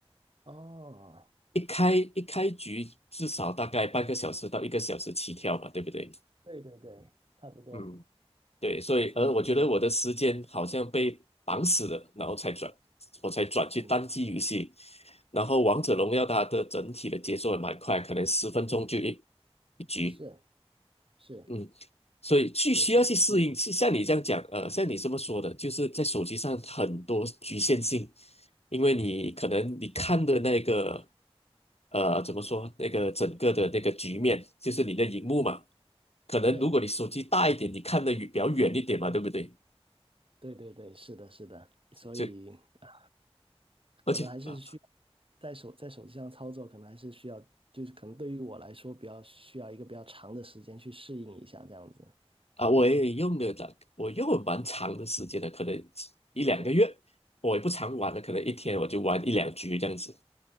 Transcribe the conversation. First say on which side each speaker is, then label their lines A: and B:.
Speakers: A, on the right; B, on the left.
A: 哦，
B: 一开一开局至少大概半个小时到一个小时起跳吧，对不对？
A: 对对对，差不多。
B: 嗯，对，所以呃，
A: 所以你就没有
B: 我觉得我的时间好像被绑死了，然后才转，我才转去单机游戏。
A: 听过
B: 然后《王者荣耀》它的整体的节奏也蛮快，
A: 啊？
B: 可能十分钟就一局，
A: 是是，
B: 嗯，所以去需要去适应。
A: 手机是，
B: 是像你这样讲，呃，像你这么说的，就是在手机上很多局限性，因为你可能你看的那个，呃，怎么说，那个整个的那个局面，就是你的荧幕嘛，可能如果你手机大一点，
A: 对。
B: 你看的比较远一点嘛，对不对？
A: 对对对，是的，是的，所以啊
B: 就。而且啊，
A: 可能还是需要在手在手机上操作，可能还是需要，就是可能对于我来说，比较需要一个比较长的时间去适应一下这样子。
B: 啊我也用了大我用了蛮长的时间的，可能一两个月，
A: 是，
B: 我也不常玩了，可能一天我就玩一两局这样子。
A: 嗯